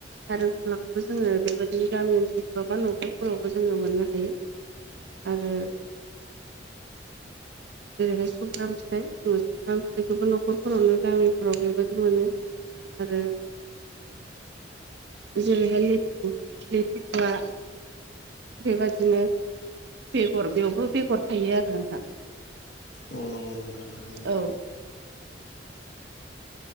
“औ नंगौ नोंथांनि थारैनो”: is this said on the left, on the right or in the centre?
Left